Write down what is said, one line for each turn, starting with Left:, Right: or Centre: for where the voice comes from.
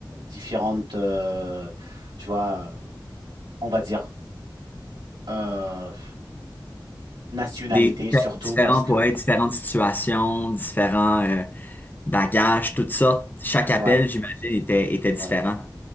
Right: différentes, euh, tu vois, on va dire, euh, nationalités
Left: Des
Right: surtout
Left: t- différents
Right: parce que,
Left: poètes, différentes situations, différents euh, bagages, toutes sortes. Chaque
Right: ouais,
Left: appel, j'imagine, était, était différent.
Right: ouais.